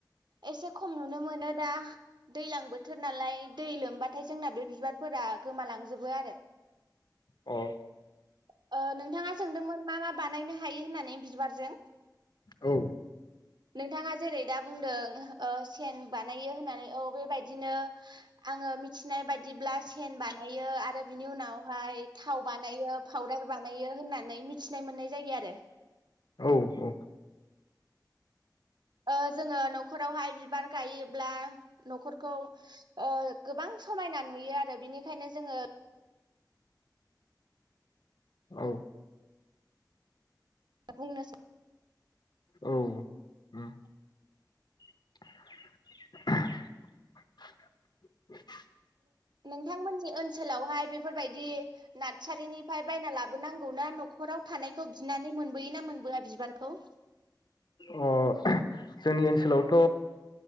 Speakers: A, on the right (about 70°); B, on the left (about 70°).
A: एसे खम नुनो मोनो दा दैज्लां बोथोर नालाय दै लोमबाथाय जोंना बे बिबारफोरा गोमालांजोबो आरो
B: अ औ औ
A: <inaudible> नोंथाङा सोंदोंमोन मा मा बानायनो हायो होननानै बिबारजों
B: औ
A: नोंथाङा जेरै दा बुंदों सेन बानायो होननानै औ बेबायदिनो आङो मिथि फिनाय बायदिब्ला सेन बानायो आरो बिनि उनावहाय थाव बानायो पावदार बानायो होननानै मिथिनाय मोननाय जायो आरो
B: औ औ
A: ओ जोङो नखरावहाय बिबार गायोब्ला नखरखौ ओ गोबां समायना नुयो आरो बिनिखायनो जोङो
B: औ
A: <unintelligible> बुंनोसै
B: औ <unintelligible>
A: नोंथांमोननि ओनसोलावहाय बेफोरबायदि नारसारिनिफ्राय बायना लाबोनांगौ ना नखराव थानायखौ बिनानै मोनबोयो ना मोनबोआ बिबारखौ
B: अ जोंनि ओनसोलावथ